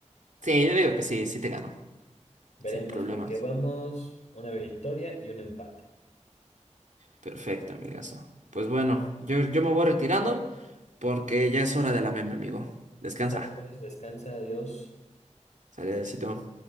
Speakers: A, on the right; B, on the left.
A: Sí, yo digo que sí, sí te ganó.
B: Veremos,
A: Sin problemas.
B: porque vamos una victoria y un empate.
A: Perfecto, amigazo. Pues bueno, yo, yo me voy retirando. porque ya es hora de la meme, amigo. Descansa.
B: Sale pues, descansa, adiós.
A: Sale, besito.